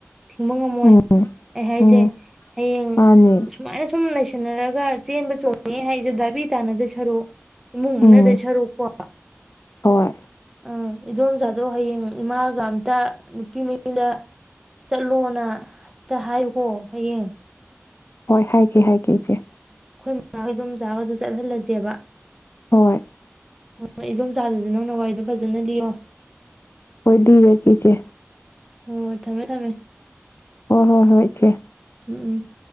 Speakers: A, in the centre; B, on the left.
A: ꯊꯤꯡꯕ ꯉꯝꯃꯣꯏ
B: ꯎꯝ
A: ꯑꯩ ꯍꯥꯏꯁꯦ
B: ꯎꯝ
A: ꯍꯌꯦꯡ
B: ꯃꯥꯅꯦ
A: ꯁꯨꯃꯥꯏꯅ ꯁꯨꯝ ꯁꯨꯝ ꯂꯩꯁꯟꯅꯔꯒ ꯆꯦꯟꯕ ꯆꯣꯡꯉꯦ ꯍꯥꯏꯁꯦ ꯗꯥꯕꯤ ꯇꯥꯅꯗ ꯁꯔꯛ ꯏꯃꯨꯡ ꯃꯟꯅ
B: ꯎꯝ
A: ꯗꯣꯏ ꯁꯥꯔꯨꯛ ꯀꯣ
B: ꯍꯣꯏ
A: ꯑ ꯏꯗꯣꯝꯆꯥꯗꯣ ꯍꯌꯦꯡ ꯏꯃꯥꯒ ꯑꯝꯇ ꯅꯨꯄꯤ ꯃꯌꯨꯝꯗ ꯆꯠꯂꯣꯅ ꯑꯛꯇ ꯍꯥꯏꯌꯨꯀꯣ ꯍꯌꯦꯡ
B: ꯍꯣꯏ ꯍꯥꯏꯒꯦ ꯍꯥꯏꯒꯦ ꯏꯆꯦ
A: ꯑꯩꯈꯣꯏ ꯃꯃꯥꯒꯤ ꯑꯗꯨꯝ ꯆꯥꯛ ꯑꯗꯨ ꯆꯠꯍꯜꯂꯁꯦꯕ
B: ꯍꯣꯏ
A: ꯍꯣꯏ ꯏꯗꯣꯝ ꯆꯥꯗꯗꯤ ꯅꯪꯅ ꯋꯥꯔꯤꯏꯗꯣ ꯐꯖꯅ ꯂꯤꯌꯣ
B: ꯍꯣꯏꯂꯤꯔ ꯀꯦ ꯏꯆꯦ
A: ꯍꯣꯏ ꯊꯝꯃꯦ ꯊꯝꯃꯦ
B: ꯍꯣꯏ ꯍꯣꯏ ꯍꯣꯏ ꯏꯆꯦ
A: ꯎꯝ ꯎꯝ